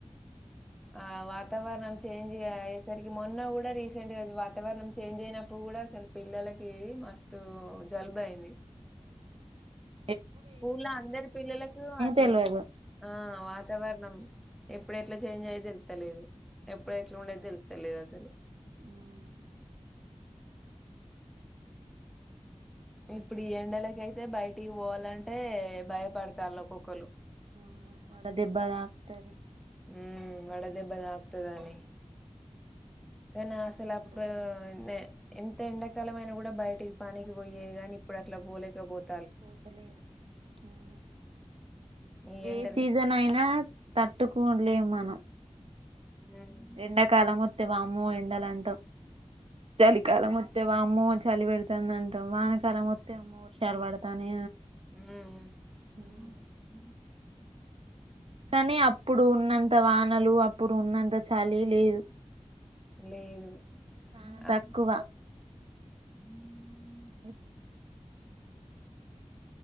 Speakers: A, in the centre; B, on the right.
A: ఆ వాతవరణం చేంజ్ అయేసరికి మోన్ న్నా కూడా రీసెంట్ గా వాతావరణం చేంజ్ అయినప్పుడు కూడా అసలు పిల్లలకి మస్తు జలుబు అయింది
B: హ
A: స్కూల్ లో అందరి పిల్లలకు అట్ల
B: తెలియదు
A: ఆ వాతావరణం ఎప్పుడు ఎట్లా చేంజ్ అయి లేదు ఎప్పుడట్లా ఉండేది తెలు తెలీదసలు
B: ఉమ్
A: ఇప్పుడు ఈ ఎండలక అయితే బయటికి పోవాలంటే భయపడతారు లోక్కొక్కరు
B: ఆ వడ దెబ్బ తాక్తది
A: ఉమ్ వడ దెబ్బ తాక్తదని కానీ అసలు
B: ఇప్పుడు
A: అప్పుడు నే ఎంత ఎండాకాలం అయినా కూడా బయటికి పానికి పోయేది గాని ఇప్పుడు అట్లా పోలేకపోతే
B: పోలేరు అవును
A: ఈ ఎండలు
B: ఏ సీజన్ అయినా తట్టుకోలేము మనం
A: మ్మ్
B: ఎండాకాలం మొత్త వామ్మో ఎండలు అంటాం చలికాలం మొత్త వామ్మో చలి పెడుతుంద అంటాం వానకాలం మొత్త అమ్మో డ పడతానే
A: హ్మ్
B: అంటాం కానీ అప్పుడు ఉన్నంత వానలు అప్పుడు ఉన్నంత చలి లేదు
A: లేదు
B: చాలా
A: అ
B: తక్కువ
A: ఉమ్
B: ఇ